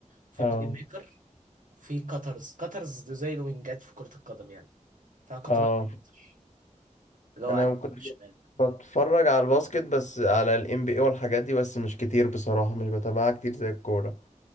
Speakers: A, on the right (about 80°); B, on the left (about 65°).
A: في
B: اه
A: بلاي ميكر في كاترز كاترز دول زي الوينجات في كرة القدم يعني فأنا كنت
B: اه
A: بلعب cutter، اللي هو
B: انا
A: على اليمين
B: كنت
A: والشمال
B: بتفرج على الباسكت بس على الام بي اي والحاجات دي بس مش كتير بصراحة مش بتابعها كتير زي الكورة